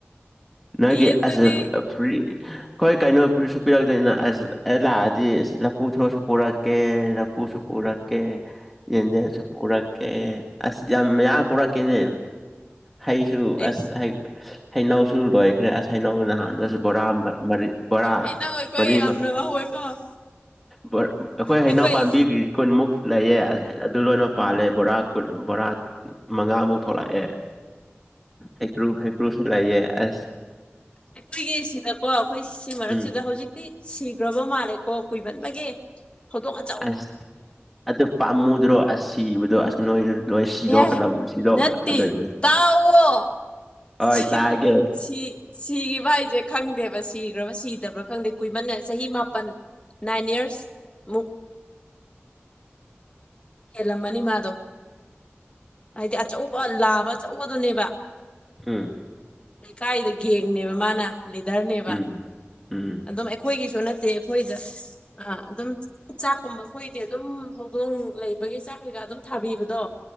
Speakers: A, in the centre; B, on the left (about 25°).
A: ꯅꯪꯒꯤ
B: ꯌꯦꯟꯗꯨꯗꯤ
A: ꯑꯁꯦ ꯐꯔꯤ ꯍꯣꯏ ꯀꯩꯅꯣꯁꯨ ꯄꯤꯔꯛꯇꯣꯏꯅꯤꯅ ꯑꯁ ꯑꯩ ꯂꯥꯛꯑꯗꯤ ꯂꯐꯨ ꯊꯣꯔꯁꯨ ꯄꯨꯔꯛ ꯀꯦ ꯂꯐꯨꯁꯨ ꯄꯨꯔꯛꯀꯦ ꯌꯦꯟꯗꯦꯃꯁꯨ ꯄꯨꯔꯛ ꯀ‌ꯦ ꯑꯁ ꯌꯥꯝ ꯃꯌꯥꯝ ꯄꯨꯔꯛꯀꯦꯅꯦ ꯍꯩꯁꯨ
B: ꯑꯩꯁ
A: ꯑꯁ ꯍ ꯍꯩꯅꯧꯁꯨ ꯂꯣꯏ ꯈ꯭ꯔꯦ ꯑꯁ ꯍꯩꯅꯧ ꯅꯍꯥꯟꯗꯁꯨ ꯕꯣꯔꯥ ꯕꯣꯔꯥ
B: ꯑꯩ ꯅꯪ ꯑꯩꯈꯣꯏ
A: ꯃꯔꯤꯃꯛ
B: <unintelligible>
A: ꯕꯣꯔ ꯑꯈꯣꯏ ꯍꯩꯅꯧ
B: ꯑꯩꯈꯣꯏ
A: ꯄꯥꯝꯕꯤꯒꯤ ꯀꯨꯟꯃꯨꯛ ꯂꯩꯌꯦ ꯑꯁ ꯑꯗꯨ ꯂꯣꯏꯃꯛ ꯄꯥꯜꯂꯦ ꯕꯣꯔꯥ ꯀꯨꯟ ꯕꯣꯔꯥ ꯃꯉꯥꯃꯨꯛ ꯊꯣꯛꯂꯛꯑꯦ ꯍꯦꯀ꯭ꯔꯨ ꯍꯦꯀ꯭ꯔꯨ ꯁꯤꯂꯥꯏꯌꯦ ꯑꯁ
B: ꯑꯩꯈꯣꯏꯒꯤ ꯁꯤꯗꯀꯣ ꯑꯩꯈꯣꯏ ꯁꯤ ꯃꯔꯛꯁꯤꯗ
A: ꯎꯝ
B: ꯍꯧꯖꯤꯛꯇꯤ ꯁꯤꯈ꯭ꯔꯕ ꯃꯥꯜꯂꯦꯀꯣ ꯀꯨꯏꯃꯟꯕꯒꯤ ꯍꯧꯗꯣꯛꯅ
A: ꯑꯁ ꯑꯗꯨ ꯄꯥꯝꯃꯨꯗ꯭ꯔꯣ ꯑ ꯁꯤꯕꯗꯣ ꯑꯁ ꯅꯣꯏꯗ ꯅꯣꯏ
B: ꯑꯦ
A: ꯁꯤꯗꯣꯛꯀꯗꯕ ꯁꯤꯗꯣꯛꯑ
B: ꯅꯠꯇꯦ
A: ꯑꯗꯨꯏꯅꯤ
B: ꯇꯥꯎꯋꯣ
A: ꯍꯣꯏ
B: ꯁꯤ
A: ꯇꯥꯒꯦ
B: ꯁꯤ ꯁꯤꯈꯤꯕ ꯍꯥꯏꯁꯦ ꯈꯪꯗꯦꯕ ꯁꯤꯈ꯭ꯔꯕ ꯁꯤꯗꯕ꯭ꯔꯥ ꯈꯪꯗꯦ ꯀꯨꯏꯃꯟꯅ ꯆꯍꯤ ꯃꯥꯄꯜ ꯅꯥꯏꯟ ꯏꯌꯥꯔꯁ ꯃꯨꯛ꯫ ꯍꯦꯜꯂꯝꯃꯅꯤ ꯃꯥꯗꯣ ꯍꯥꯏꯗꯤ ꯑꯆꯧꯕ ꯂꯥꯕ ꯑꯆꯧꯕꯗꯨꯅꯦꯕ
A: ꯍꯥꯝ
B: ꯂꯩꯀꯥꯏꯗ ꯒꯦꯡꯅꯦꯕ ꯃꯥꯅ ꯂꯤꯗꯔꯅꯦꯕ
A: ꯎꯝ ꯎꯝ
B: ꯑꯗꯨꯝ ꯑꯩꯈꯣꯏꯒꯤꯁꯨ ꯅꯠꯇꯦ ꯑꯩꯈꯣꯏꯗ ꯑꯥ ꯑꯗꯨꯝ ꯆꯥꯛꯀꯨꯝꯕ ꯀꯨꯏꯗꯤꯦ ꯑꯗꯨꯝ ꯍꯧꯗꯣꯡ ꯂꯩ ꯒꯤ ꯆꯥꯛ ꯀꯩꯀꯥ ꯑꯗꯨꯝ ꯊꯥꯕꯤꯕꯗꯣ